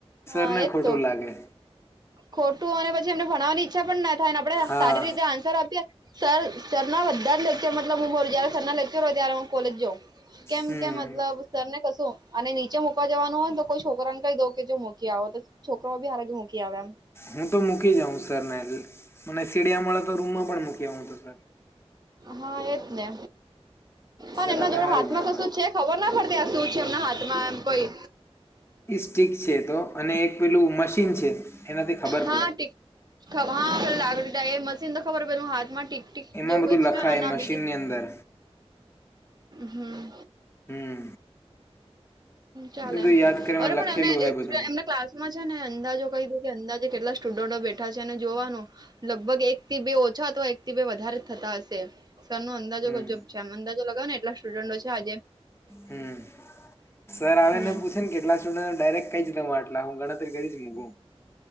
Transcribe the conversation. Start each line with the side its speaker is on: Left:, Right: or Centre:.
Left: સરને
Right: હા એ
Left: ખોટું
Right: તો.
Left: લાગે
Right: ખોટું, અને પછી એમને ભણવાની ઈચ્છા પણ ના થાય ને, આપણે
Left: હા
Right: સારી રીતે આન્સર આપીએ સરના બધા જ લેક્ચર, મતલબ હું હોં, જ્યારે સરના લેક્ચર હોય ત્યારે હું કોલેજ જાઉં. કેમ
Left: હમ
Right: કે મતલબ? સરને કંઈક નીચે મૂકવા જવાનું હોય તો કોઈ છોકરાને કહી દઉં કે, જો, મૂકી આવો તો. છોકરો <inaudible> મૂકી આવે એમ.
Left: હું તો મૂકી જાઉં સરને. મને સીડિયા ઉપરના રૂમમાં પણ મૂકી આવવાનું હોય તો મૂકી આવું, સર.
Right: હા, એજને
Left: સર
Right: અને એમના
Left: રાતે
Right: જોડે
Left: સારું
Right: હાથમાં
Left: ભણે મારે
Right: કશું છે? ખબર ના પડતી એમના હાથમાં શું છે આમ કોઈ
Left: ઈ સ્ટીક છે તો અને એક પેલું મશીન છે. એનાથી ખબર
Right: હા,
Left: પડે
Right: ટીક હા એ પેલું મશીન તો ખબર પેલું હાથમાં ટીક ટિક
Left: એમાં
Right: જેવું
Left: બધું
Right: કોય છે,
Left: લખાય
Right: અને આ
Left: મશીનની
Right: બીજું...
Left: અંદર
Right: હમ.
Left: હમ
Right: ચાલે,
Left: બધું યાદ કરીમાં
Right: અરે પણ
Left: લખેલું હે
Right: એમને
Left: બધું
Right: એમ ક્લાસમાં છે ને અંદાજે કહી દો અંદાજે કેટલા સ્ટુડન્ટો બેઠા છે અને જોવાનું લગભગ એકથી બે ઓછા અથવા એકથી બે વધારે થતા હશે સરનું અ અંદાજો
Left: હમ
Right: કર ચોપ છાન અંદાજો લગાવો ને એટલે સ્ટુડન્ટો જે છે હાજ
Left: હમ્મ, સર આવે
Right: હમ
Left: ને પૂછે ને કેટલા ને ડાયરેક્ટ જ જેટલા હોય એટલાની હું ગણતરી કરી જ લઉં.